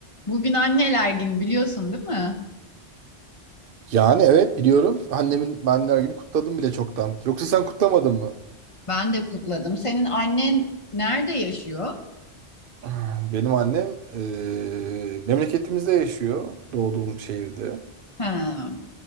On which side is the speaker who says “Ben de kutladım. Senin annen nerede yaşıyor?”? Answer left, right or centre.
Left